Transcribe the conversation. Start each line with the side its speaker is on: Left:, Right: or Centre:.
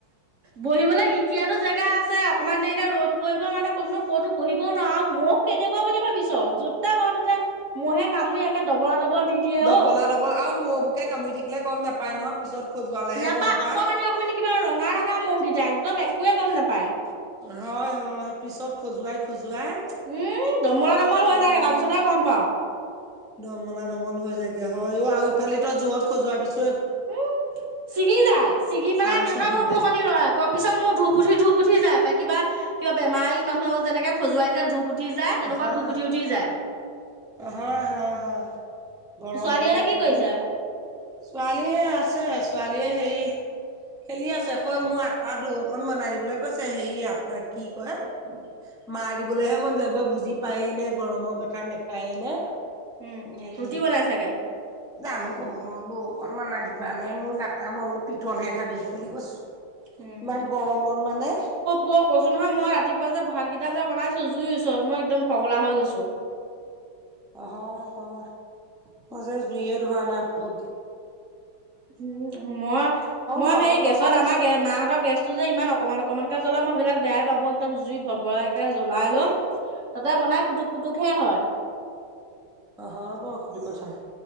Right: বহিবলৈ এতিয়াতো জেগা আছে অকমান দেৰি এ ৰ'দ পৰিব মানে কোন কতো বহিবও নোৱাৰো আৰু মহ কেনেকুৱা বুলি ভাবিছ যতে বহ ততে মহে কামুৰি একে ডবলা ডবল দি দিয়ে
Centre: দবলা-
Right: অ
Centre: দবল আৰু মৌবুকে কামুৰি থাকিলে গম নাপায় নহয় পিছত খজুৱালেহে
Right: নাপায়
Centre: গম পায়।
Right: অকমানি - অকমানি কিবা ৰঙা- ৰঙা ম'গেইটা একদম একোৱে গম নাপায়।
Centre: হয়- হয় পিছত খজুৱাই- খজুৱাই।
Right: উম, দমলা - দমল
Centre: উফ
Right: হৈ
Centre: ৰাম
Right: থাকে তাৰ পিছতহে গম পাও।
Centre: দমলা দমল হৈ যায়গে হয় অ' ইফালি তই জোৰত খজোৱা পিছত
Right: উম, ছিগি যায় ছিগি
Centre: ছাল
Right: পেলাই কেনেকুৱা
Centre: ছিগি
Right: ভব
Centre: যায়
Right: কণী ৰয় আকৌ পিছত মোৰ ধু পুঠি ধু পুঠি যায়। ত কিবা কিবা বেমাৰী মানুহৰ যেনেকে খজুৱাই দিলে ধূপ উঠি যায় তেনেকুৱা
Centre: হয়
Right: ধূপুঠি উঠি যায়।
Centre: হয় হয় হয় গৰমতে
Right: ছোৱালীহঁতে
Centre: একেবাৰে।
Right: কি কৰিছে?
Centre: ছোৱালীহে আছে, ছোৱালীয়ে হেৰি খেলি আছে কৈ মোৰ আটাটো অকণ বনাই দিবলৈ কৈছে হেই আটা কি কয় মাৰ দিবলৈহে মন যায়াব বুজি পায়ে নে গৰমৰ কথা নেপায় নে।
Right: উম।
Centre: এই
Right: ৰুটি বনাই চাগে।
Centre: যামো কব <inaudible> ত অকনমান আ দিবা নে মোৰ গাটা মইলো পিটনহে খাবি বুলি <inaudible> কৈছো
Right: উম,
Centre: ইমান গৰমত মানে
Right: বৌ কৈছো নহয় মই ৰাতিপুৱা যে ভাত কেইটা াজা বনাইছো জুইৰ ওচৰত মই একদম পগলা হৈ গৈছোহ
Centre: হয় হয় মই যে জুইয়ে ধোৱা নাই বহুত দ
Right: উম, মই - মই
Centre: বাৰু
Right: সেই
Centre: তথাপিতো
Right: গেছত আমাৰে মাহতৰ গেছ যে ইমান অকমান অকনমানকে জ্বলা মই সেইবিলাক বোই পাওঁ মই একদম জুই ভৰ ভৰাকে জ্বলাই লম। তাতে বনাই পুতুক - পুটুকহে হয়।
Centre: অ' হয় বাৰু সেইটো কথা।